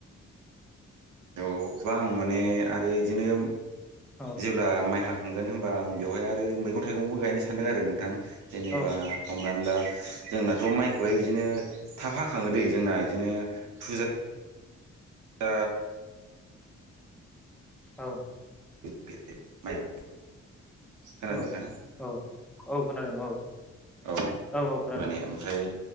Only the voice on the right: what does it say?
औ बा आं माने आरो इदिनो
जेब्ला माइ हाखांगोन होमबा आं बेवहाय आरो मैगं थाइगंबो गायनो सानदों आरो नोंथां। जेनेबा
हमनानै ला जोंनाथ माइखौहाय बिदिनो थाब हाखाङो दै जोंना बिदिनो फुज ओ
<unintelligible> खोनादों
नोंथां
औ
माने ओमफ्राय